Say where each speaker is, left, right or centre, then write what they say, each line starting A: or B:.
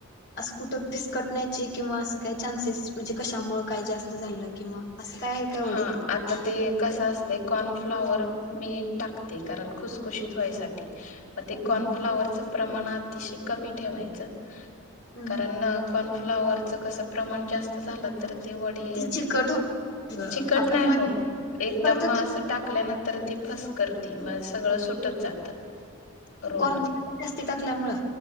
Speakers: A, on the left (about 50°); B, on the left (about 75°).
A: असं कुठं फिसकटण्याचे किंवा असं काय चान्सेस म्हणजे कशामुळे काय जास्त झालं किंवा असं काय आहे का
B: हा.
A: वडीत
B: आता ते
A: काय
B: कसं असते कॉर्नफ्लावर मी टाकते. कारण खुसखुशीत व्हायसाठी. मग ते
A: हम्म
B: कॉर्नफ्लाॉवरचं प्रमाण अतिशय कमी ठेवायचं.
A: हम्म
B: कारण कॉर्नफ्लाॉवरच कसं प्रमाण जास्त झालं तर ते वडे
A: ती चिकट हो
B: चिकट
A: आपण
B: नाही
A: म्हण
B: होत. एकदम
A: परत
B: अस टाकल्यानंतर ती फस करती. मग सगळं सुटत जात. रोल
A: कॉर्नफ्लिक जास्ती टाकल्यामुळं.